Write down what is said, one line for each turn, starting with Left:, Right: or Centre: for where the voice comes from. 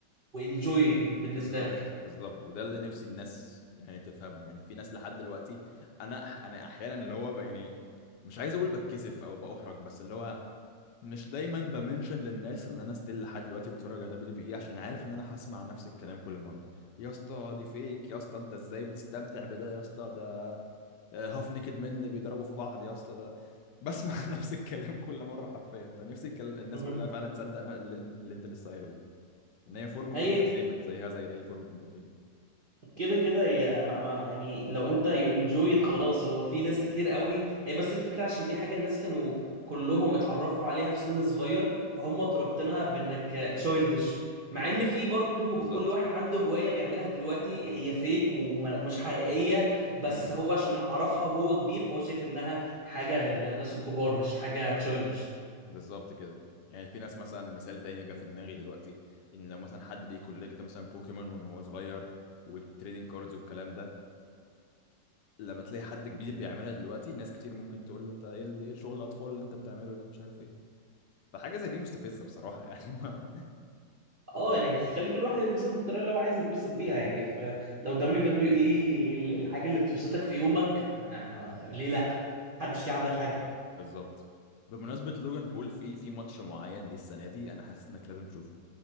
Right: وانجوي بالنسبه
Left: بالظبط
Right: لك
Left: بالظبط وده اللي نفسي الناس يعني تفهمه يعني في ناس لحد دلوقتي انا انا احيانا اللي هو ب- يعني مش عايز اقول بتكسف او باحرج بس اللي هو مش دايما بمنشن للناس اللي انا ستيل لحد دلوقتي بتفرج على دبليو دبليو اي عشان عارف ان انا هسمع نفس الكلام كل مره يا اسطى دي فيك يا اسطى انت ازاي بتستمتع بده يا اسطى ده هاف نيكد من بيضربوا في بعض يا اسطى ده بسمع <laughs> نفس الكلام كل مره حرفيا فنفسي الكلام الناس
Right: مهم.
Left: كلها فعلا تصدق نا- اللي اللي انت لسه قايله ده ان هي فورم اوف
Right: هي
Left: انترتينمنت زيها زي اي فورم اوف انترتينمنت
Right: كده كده هي مع مع يعني لو انت يو انجويد خلاص هو في ناس كتير قوي هي بس الفكره عشان دي حاجه الناس كانوا كلهم اتعرفوا عليها في سن صغير فهم تربطنها بانك تشايلدش مع ان في برضو
Left: بالظبط
Right: كل واحد عنده هوايه بيعملها دلوقتي هي فيك ومش حقيقيه بس
Left: امم
Right: هو عشان عرفها وهو كبير فهو شايف انها حاجه للناس الكبار مش حاجه تشايلدش
Left: بالظبط كده يعني في ناس مثلا مثال تاني جه في دماغي دلوقتي ان لو مثلا حد بيكولكت مثلا بوكيمون من وهو صغير والتريدنج كاردز والكلام ده لما تلاقي حد كبير بيعملها دلوقتي ناس كتير ممكن تقول له انت ايه ال- ايه شغل الاطفال اللي انت بتعمله ده مش عارف ايه فحاجه زي دي مستفزه بصراحه يعني <laughs> ما
Right: اه يعني خلي كل واحد ينبسط بالطريقه اللي هو عايز يتبسط بيها
Left: امم
Right: يعني فلو دبليو دبليو اي الحاجه اللي بتبسطك في يومك آه، ليه لا محدش
Left: بالظبط
Right: ليه عندك حاجه
Left: بالظبط بمناسبة لوجان بول في في ماتش معين ليه السنة دي أنا حاسس إنك لازم تشوفه